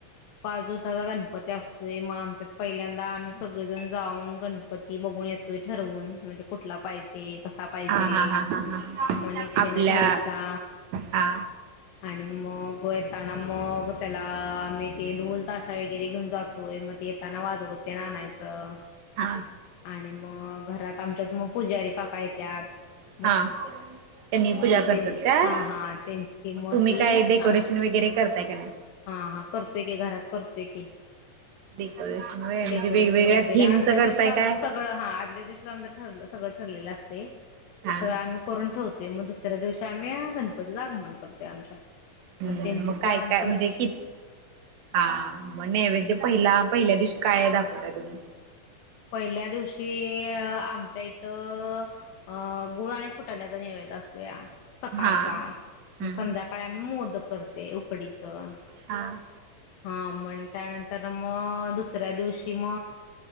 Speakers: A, on the left (about 80°); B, on the right (about 80°).
A: पाच दिवसाचा गणपती असतोय मग आमच्यात पहिल्यांदा आम्ही सगळेजण जाऊन गणपती ती बघून येतोय ठरवून म्हणजे कुठला पाहिजे कसा पाहिजे
B: हा हा हा हा हा
A: मन इच्छेने
B: आपल्या
A: घ्यायचा
B: हा
A: आणि मग येताना मग त्याला आम्ही ते ढोल ताशा वगैरे घेऊन जातोय मग ते येताना वाजवत तेन आणायचं
B: हा
A: आणि मग घरात आमच्यात मग पुजारी काका पा येत्यात मग
B: हा त्यांनी
A: मग
B: पूजा
A: ते त्यांची
B: करतात काय
A: हा
B: मग
A: हा त्यांची मग
B: तुम्ही
A: ती
B: काय डेकोरेशन
A: आम्ही
B: वगैरे करताय काय नाही?
A: हा हा करतोय की घरात करतोय की
B: डेकोरेशन व्हय
A: डेकोरेशन
B: म्हणजे वेगवेगळ्या
A: वगैरे
B: थीमच
A: आदल्या
B: करताय
A: दिवशीच आमचं
B: काय
A: सगळं हा आदल्या दिवशी आमचं ठरलं सगळं ठरलेलं असतय. ते
B: हा
A: सगळं आम्ही करून ठेवतो. ते मग दुसऱ्या दिवशी आम्ही गणपतीचं आगमन करतोय आमच्या
B: हम्म
A: म त्यांची
B: मग
A: प्राण प्रत
B: <unintelligible> हा म नेवैद्य पहिला पहिल्या दिवशी काय दाखवताय तुम्ही
A: पहिल्या दिवशी आमच्या इथं अ गुळ आणि फुटाण्याचा नेवैद्य असतोया सकाळचा
B: हा
A: मग
B: हम्म
A: संध्याकाळी आम्ही मोदक करत ते उकडीचं
B: हा
A: हा मग त्यानंतर तर मग दुसऱ्या दिवशी म